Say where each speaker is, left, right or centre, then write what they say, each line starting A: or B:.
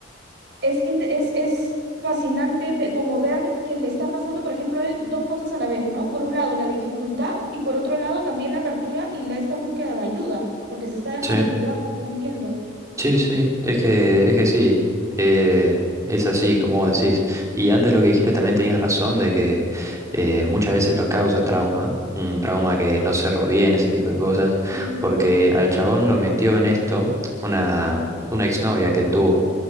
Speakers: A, on the right; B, on the right.
A: es, inte- es, es fascinante ve- como ver que le están pasando, por ejemplo, a él dos cosas a la vez, ¿no? Por un lado, la dificultad y por otro lado, también la apertura y la, esta búsqueda de ayuda, porque se está dejando
B: Sí,
A: ayudar, no entiendo.
B: sí, sí, es que, es que sí, eh, es así, como vos decís. Y antes lo que dijiste también tenías razón de que eh, muchas veces lo causa trauma, un trauma que no cerró bien, ese tipo de cosas,
A: Mm,
B: porque al chabón lo metió en esto una, una exnovia que él tuvo,